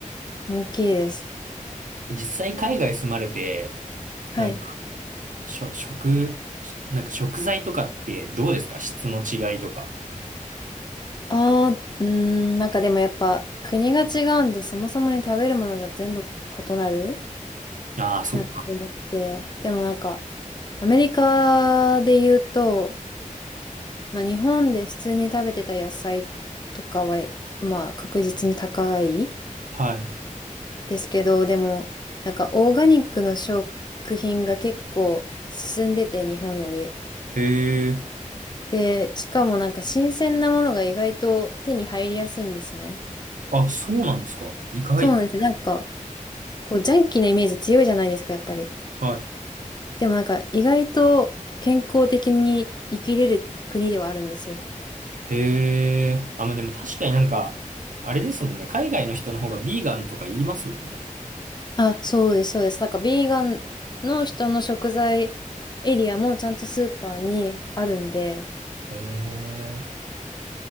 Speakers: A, on the left (about 30°); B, on the right (about 70°).
A: 大きいです。
B: 実際海外住まれて、
A: はい。
B: なんか、しょ、食、なんか食材とかってどうですか質の違いとか。
A: ああうーん、なんかでもやっぱ国が違うんでそもそもに食べるものが全部異なる
B: ああ、そっか。
A: なって思ってて。でもなんかアメリカで言うと、まあ、日本で普通に食べてた野菜とかは、まあ、確実に高い
B: はい。
A: ですけど、でも、なんか、オーガニックの食品が結構進んでて、日本より。
B: へえ。
A: で、しかもなんか、新鮮なものが意外と手に入りやすいんですね。
B: あ、そうなんですか。意外。
A: そうなんですよ。なんか、こう、ジャンキーなイメージ強いじゃないですか、やっぱり。
B: は
A: でもなんか、意外と健康的に生きれる国ではあるんですよ。
B: い。へえ。あ、まあ、でも確かになんか、あれですもんね。海外の人の方がビーガンとか言いますもんね。
A: あ、そうです、そうです。なんか、ビーガンの人の食材エリアもちゃんとスーパーにあるんで、
B: へえ。